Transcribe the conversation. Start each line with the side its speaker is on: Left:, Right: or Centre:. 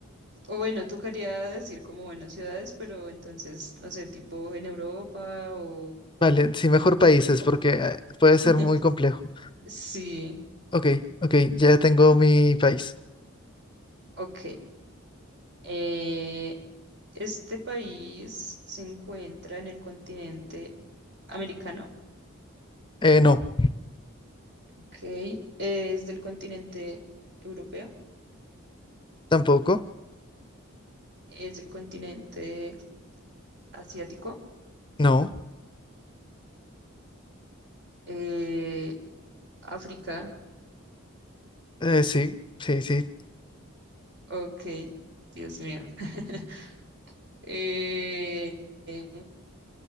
Right: O bueno, tocaría decir como, bueno, ciudades, pero entonces, no sé, tipo en Europa o... o-
Left: Vale, sí, mejor
Right: o
Left: países,
Right: co-
Left: porque eh, puede ser
Right: <laughs>
Left: muy complejo.
Right: sí,
Left: Ok, ok, ya tengo mi país.
Right: ok. Eh, este país se encuentra en el continente americano,
Left: Eh, no,
Right: ok. Es del continente europeo,
Left: tampoco.
Right: es del continente asiático,
Left: No,
Right: eh, África,
Left: eh, sí, sí, sí,
Right: ok, Dios mío. <laughs> Eh, eh,